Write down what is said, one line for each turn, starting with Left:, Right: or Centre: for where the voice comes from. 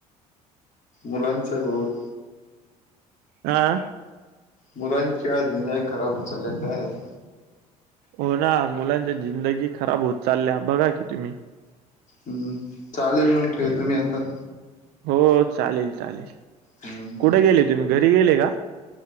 Left: मुलनचे बहुत,
Right: हा
Left: मुलांच्या <unintelligible> खराब होत चालल्या का आहेत
Right: हो ना मुलांच्या जिंदगी खराब होत चालल्या बघा की तुम्ही,
Left: हम् चालेल मंग ठेवतु मी आता.
Right: हो हो चालेल चालेल,
Left: हम्म
Right: कुठे गेले तुम्ही घरी गेले का?